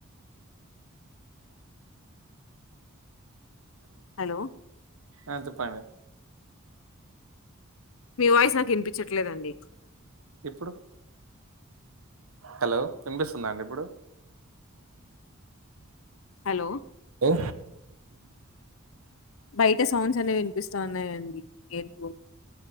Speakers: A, on the left; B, on the right.
A: హలో
B: ఆ చెప్పండి
A: మీ వాయిస్ నాకు వినిపించట్లేదండి.
B: ఇప్పుడు హలో వినిపిస్తుందా అండి ఇప్పుడు.
A: హలో
B: ఓ
A: బయట సౌండ్స్ అనేవి వినిపిస్తా ఉన్నాయండి ఎంతో